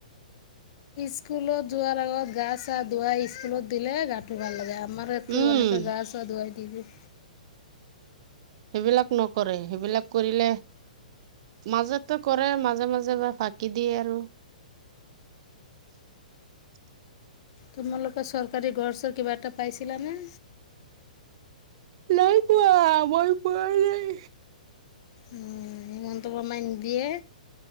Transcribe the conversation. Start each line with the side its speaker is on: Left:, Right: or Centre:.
Left: স্কুলত যোৱাৰ আগত গা চা ধুৱাই স্কুলত দিলে গাটো ভাল লাগে আমাৰেতো
Right: উম
Left: এনেকে গা ছা ধুৱাই দি দিও।
Right: সেইবিলাক নকৰে সেইবিলাক কৰিলে মাজতটো কৰে মাজে -মাজে বা ফাঁকি দিয়ে আৰু। <inaudible>
Left: তোমালোকৰ চৰকাৰী ঘৰ -ছৰ কিবা এটা পাইছিলানে?
Right: নাই পোৱা মই পোৱা নাই।
Left: উম, হিমন্ত মামাই নিদিয়ে।